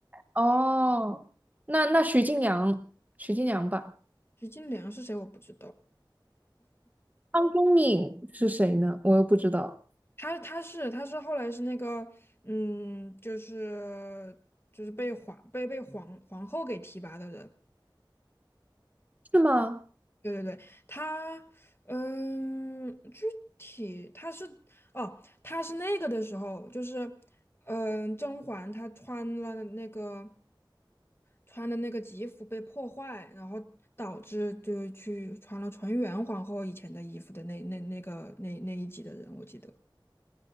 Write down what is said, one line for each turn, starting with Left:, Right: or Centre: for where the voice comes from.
Right: 哦，那那徐静良，徐静良吧，
Left: 实金莲是谁我不知道。
Right: 汤中敏是谁呢？我又不知道，
Left: 他他是他是后来是那个嗯，就是就是被皇被被皇皇后给提拔的人，
Right: 是吗？
Left: 对对对，他嗯，具体他是哦，他是那个的时候，就是嗯，甄嬛她穿了那个穿的那个吉服被破坏，然后导致就去穿了纯元皇后以前的衣服的那那那个那那一集的人，我记得。